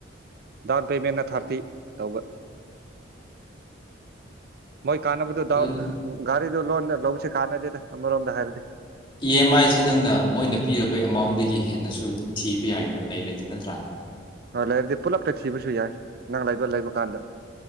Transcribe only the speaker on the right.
ꯗꯥꯎꯟ ꯄꯦꯃꯦꯟꯅ ꯊꯥꯔꯇꯤ ꯇꯧꯕ ꯃꯣꯏ ꯀꯥꯟꯅꯕꯗꯨ ꯗꯗꯥꯎꯠ
ꯎꯝ ꯒꯥꯔꯤꯗꯨ ꯂꯣꯟ ꯂꯧꯕꯦ ꯀꯥꯟꯗꯦꯗ ꯑꯃꯔꯣ ꯑꯝꯗ ꯍꯥꯏꯔꯗꯤ
ꯍꯣꯏ ꯂꯩꯔꯗꯤ ꯄꯨꯂꯞꯇ ꯊꯤꯕꯁꯨ ꯌꯥꯏ ꯅꯪ ꯂꯩꯕ ꯂꯩꯕ ꯀꯥꯟꯗ